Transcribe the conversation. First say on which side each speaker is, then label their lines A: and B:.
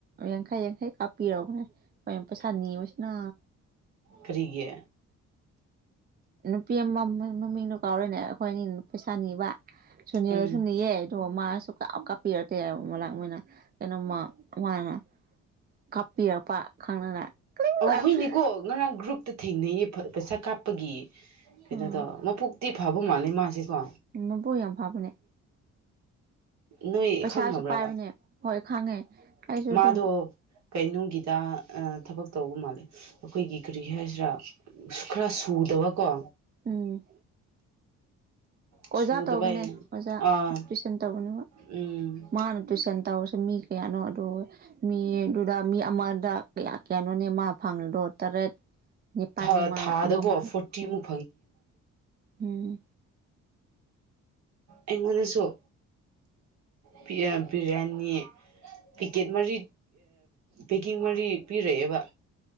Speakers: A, on the right; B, on the right.
A: ꯌꯥꯡꯈꯩ ꯌꯥꯡꯈꯩ ꯀꯥꯞꯄꯤꯔꯛꯎꯅꯦ ꯍꯣꯏ ꯄꯩꯁꯥꯅꯤꯕꯁꯤꯅ
B: ꯀꯔꯤꯒꯤ
A: ꯅꯨꯄꯤ ꯑꯃ ꯃꯃꯤꯡꯗꯣ ꯀꯥꯎꯔꯅꯦ ꯑꯩꯈꯣꯏꯅꯤꯅꯥ ꯄꯩꯁꯥ ꯅꯤꯕ ꯁꯨꯅꯤꯔ
B: ꯎꯝ
A: ꯁꯨꯅꯤꯌꯦ ꯑꯗꯣ ꯃꯥꯅꯁꯨ ꯀꯥꯞ ꯀꯥꯞꯄꯤꯔꯛꯇꯦ ꯃꯂꯛ ꯃꯣꯏꯅ ꯀꯩꯅꯣꯝꯃ ꯃꯥꯅ ꯀꯥꯞꯄꯤꯔꯛꯄ ꯈꯪꯗꯅ ꯀ꯭ꯔꯤꯡ
B: ꯑꯣ
A: ꯂꯥꯛꯄ
B: ꯍꯣꯏꯅꯦꯀꯣ ꯉꯔꯥꯡ ꯒ꯭ꯔꯨꯞꯇ ꯊꯦꯡꯅꯩꯌꯦ ꯄꯩꯁꯥ ꯀꯥꯞꯄꯒꯤ ꯀꯩꯅꯣꯗꯣ
A: ꯎꯝ
B: ꯃꯕꯨꯛ ꯇꯤ ꯐꯕ ꯃꯥꯜꯂꯦ ꯃꯥꯁꯤꯀꯣ
A: ꯎꯝ ꯃꯕꯨꯛ ꯌꯥꯝ ꯐꯥꯕꯅꯦ
B: ꯅꯣꯏ
A: ꯄꯩꯁꯥꯁꯨ
B: ꯈꯪꯅꯕ꯭ꯔꯕ
A: ꯄꯥꯏꯕꯅꯦ ꯍꯣꯏ ꯈꯪꯉꯦ ꯑꯩꯁꯨ
B: ꯃꯥꯗꯣ
A: ꯑꯗꯨꯝ
B: ꯀꯩꯅꯣꯒꯤꯗ ꯊꯕꯛ ꯇꯧꯕ ꯃꯥꯜꯂꯦ ꯑꯩꯈꯣꯏꯒꯤ ꯀꯔꯤ ꯍꯥꯏꯁꯤꯔꯥ ꯈꯔ ꯁꯨꯗꯕꯀꯣ
A: ꯎꯝ
B: ꯁꯨꯗꯕꯩ
A: ꯑꯣꯖꯥ ꯇꯧꯕꯅꯦ ꯑꯣꯖꯥ
B: ꯑꯥ
A: ꯇꯨꯏꯁꯟ ꯇꯧꯕꯅꯦꯕ
B: ꯎꯝ
A: ꯃꯥꯅ ꯇꯨꯏꯁꯟ ꯇꯧꯔꯁꯨ ꯃꯤ ꯀꯌꯥꯅꯣ ꯑꯗꯨ ꯃꯤꯗꯨꯗ ꯃꯤ ꯑꯃꯗ ꯀꯌꯥ ꯀꯌꯥꯅꯣꯅꯦ ꯃꯥ ꯐꯪꯂꯤꯗꯣ ꯇꯔꯦꯠ ꯅꯤꯄꯥꯜꯅꯤ
B: ꯊꯥ
A: ꯃꯥꯂꯥ
B: ꯊꯥꯗꯀꯣ
A: ꯑꯃ ꯃꯥꯂꯥ
B: ꯐꯣꯔꯇꯤꯃꯨꯛ
A: ꯎꯝ ꯎꯝ
B: ꯑꯦꯉꯣꯟꯟꯅꯁꯨꯣ ꯕꯤꯔꯌꯥꯅꯤ ꯄꯦꯛꯀꯦꯠ ꯃꯔꯤ ꯄꯦꯛꯀꯤꯡ ꯃꯔꯤ ꯄꯤꯔꯛꯑꯦꯕ